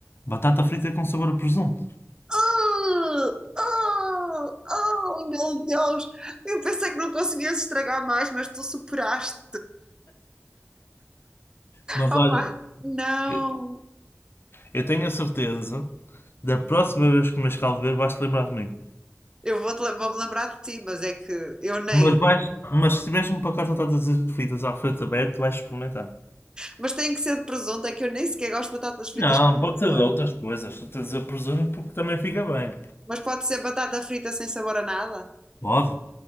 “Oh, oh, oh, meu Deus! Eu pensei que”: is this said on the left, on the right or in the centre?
Right